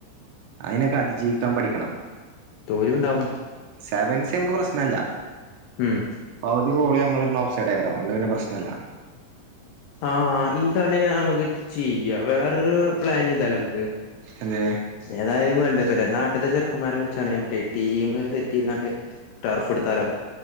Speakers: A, on the right; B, on the left.
A: അയിനൊക്കെ അതിജീവിക്കാൻ പഠിക്കണം
B: തോലുംണ്ടാവും
A: സെവൻസി നമ്മുക്ക് പ്രശ്നല്ല
B: ഉം
A: ബാക്കി കോളു നമ്മള നോ സൈഡ് അതോണ്ട് പ്രശ്നമില്ല
B: ആ ഈ കളിയ നമ്മുക്ക് ചെയ്യാം വേറരു പ്ലാൻ ചെയ്താല നമ്മുക്ക് <unintelligible>
A: എന്ത്
B: ഏതായാലും വേണ്ട നാട്ടത്തെ ചെറുകന്മാരെ വിളിച്ചാട് ടീം സെറ്റ് ചെയ്താണ് ടർഫ് എടുത്താലോ